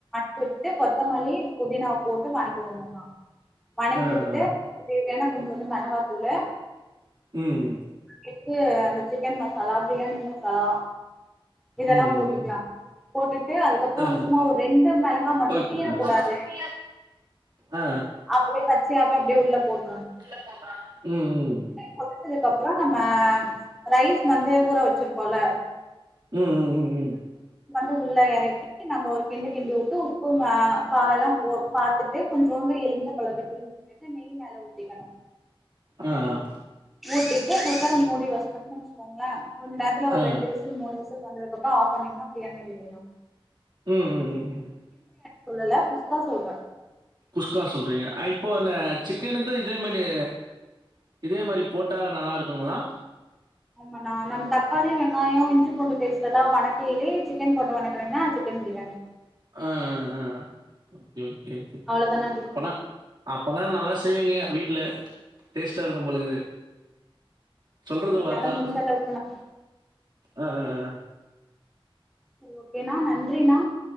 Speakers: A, in the centre; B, on the right (about 55°).
A: விட்டுட்டு கொத்தமல்லி புதினாவ போட்டு வணக்கி உடணுன்னா வணக்கி
B: ஆ
A: விட்டுட்டு
B: ஆ
A: தேவையான கொஞ்சோண்டு மெளகாத்தூளு
B: உம்
A: ட்டுட்டு அந்த சிக்கன் மசாலா பிரியாணி மசாலா இதெல்லா
B: ம்
A: போட்டுக்கலா போட்டுட்டு அதுக்கப்றோ
B: ஆ
A: சும்மா ஒரு ரெண்டு மெளகா மட்டு
B: ஓகே
A: கீறக்
B: ஓகே
A: கூடாது
B: ஆ
A: அப்டியே கட் சேரி அத அப்டியே உள்ள போட்
B: இல்ல போட்றாங்க உம் உம்
A: கொதுச்சதுக்கு அப்றோ நம்ம ரைஸ் வந்து ஊற வச்சிருப்போம்ல
B: ம் ம் ம் ம்
A: வந்து உள்ள எறக்கி நம்ம ஒரு கிண்டு கிண்டி விட்டு உப்பு மெ காரோ எல்லாம் போ பாத்துட்டு கொஞ்சோண்டு எலுமிச்சம் பழத்த புழிஞ்சு விட்டுட்டு நெய் மேல ஊத்திக்கணு
B: ஆஹ்
A: ஊட்டிட்டு குக்கர மூடி வச்சுட்டோம்னு வச்சுக்கோங்களே கொஞ்ச நேரத்துல ஒரு
B: ஆ
A: ரெண்டு விசில் மூணு விசில் விசில் வந்ததுக்கு அப்றோ ஆஃப் பண்ணீங்கன்னா பிரியாணி ரெடிண்ணா
B: உம் உம் உம் உம்
A: சொல்லல குஸ்கா சொல்வே
B: குஸ்கா சொல்றீங்க <unintelligible> இப்போ இந்த சிக்கனுக்கு இதே மாதிரி இதே மாரி போட்டா நல்லா இருக்குங்களா
A: ஆமாண்ணா நம்ம தக்காளி வெங்காயோ இஞ்சி பூண்டு பேஸ்ட் எல்லா வணக்கியலயே சிக்கன் போட்டு வணக்குனீங்கனா சிக்கன் பிரியாணி
B: ஆ ஆ ஓகே ஓகே
A: அவ்ளோதாண்ணா டிஃப்ரெண்ட்
B: அப்பனா அப்பனா நல்லா ஸ் செய்வீங்க வீட்ல டேஸ்ட்டா இருக்கும் போல இருக்குது சொல்றது
A: என்னால
B: பாத்தா
A: முடிஞ்ச அளவுக்குண்ணா
B: அ ஆ ஆ
A: சரி ஓகேனா நன்றி ப்ரீனா